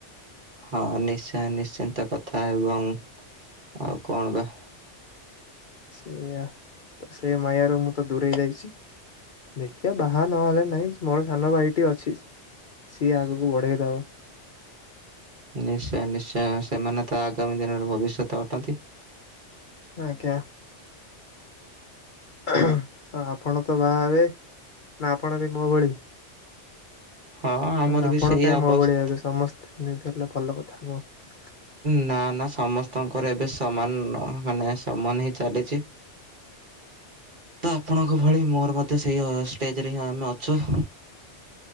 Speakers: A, on the right; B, on the left.
A: ହଁ ନିଶ୍ଚୟ ନିଶ୍ଚିନ୍ତ କଥା ଏବଂ ଆଉ କଣ ବା
B: ସେଆ ତ ସେ ମାୟାରୁ ମୁଁ ତ ଦୂରେଇ ଯାଇଛି। ଦେଖିବା ବାହା ନହେଲେ ନାହିଁ ମୋର ସାନ ଭାଇଟି ଅଛି ସିଏ ଆଗକୁ ବଢ଼େଇ ଦବ।
A: ନିଶ୍ଚୟ ନିଶ୍ଚୟ ସେମାନେ ତ ଆଗାମୀ ଦିନରେ ଭବିଷ୍ୟତ ଅଟନ୍ତି।
B: ଆଜ୍ଞା। ହଁ ଆପଣ ତ ବାହା ହେବେ, ନା ଆପଣ ବି ମୋ ଭଳି?
A: ହଁ ଆମର
B: ନା
A: ବି
B: ଆପଣ
A: ସେଇ
B: କାହିଁ
A: ଅବସ୍ଥା।
B: ମୋ ଭଳିଆ ହେବେ ସମସ୍ତେ ଏମିତି ହେଲେ ଭଲ କଥା ନୁହ।
A: ନା ନା ସମସ୍ତଙ୍କର ଏବେ ସମାନ ମାନେ ସମାନ ହଁ ଚାଲିଛି। ତ ଆପଣଙ୍କ ଭଳି ମୋର ମଧ୍ୟ ସେଇ ଷ୍ଟେଜରେ ହିଁ ଆମେ ଅଛୁ।